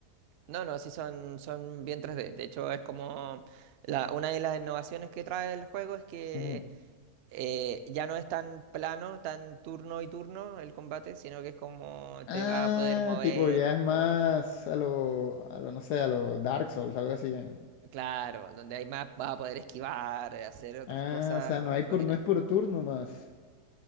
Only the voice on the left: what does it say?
Ujú.
Ah,
tipo, ya es más a lo, a lo, no sé, a lo Dark Souls, algo así. ¿Eh?
Ah,
o sea, no
hay por,
no es por turno más.